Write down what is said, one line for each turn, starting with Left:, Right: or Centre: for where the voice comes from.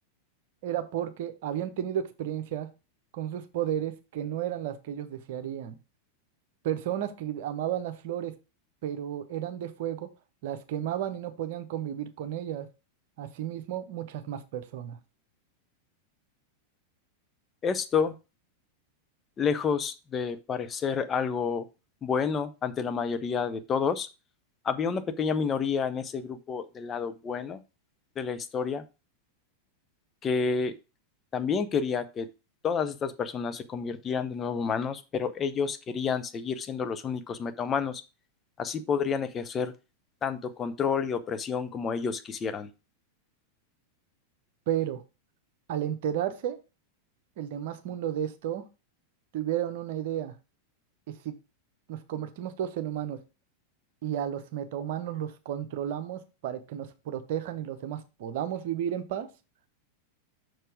Right: era porque habían tenido experiencias con sus poderes que no eran las que ellos desearían. Personas que amaban las flores, pero eran de fuego, las quemaban y no podían convivir con ellas. Asimismo, muchas más personas.
Left: Esto lejos de parecer algo bueno ante la mayoría de todos, había una pequeña minoría en ese grupo del lado bueno de la historia que también quería que todas estas personas se convirtieran de nuevo humanos, pero ellos querían seguir siendo los únicos metahumanos. Así podrían ejercer tanto control y opresión como ellos quisieran.
Right: Pero al enterarse, el demás mundo de esto, tuvieron una idea. ¿Y si nos convertimos todos en humanos y a los metahumanos los controlamos para que nos protejan y los demás podamos vivir en paz?